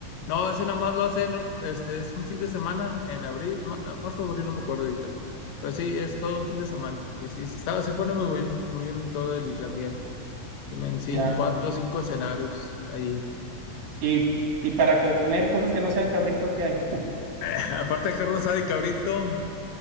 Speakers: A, on the left; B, on the right.
A: No, ese nada más lo hacen, este, es un fin de semana en abril, ma- ah, marzo, abril, no me acuerdo ahorita. Pero sí, es todo un fin de semana. Y sí, sí, está, se pone muy bien, muy bien todo el ambiente. Tienen cinco,
B: Ya.
A: cuatro o cinco escenarios ahí.
B: Y, y para comer cosas que no sean cabrito, ¿qué hay? <laughs>
A: <laughs> Aparte de carne asada y cabrito,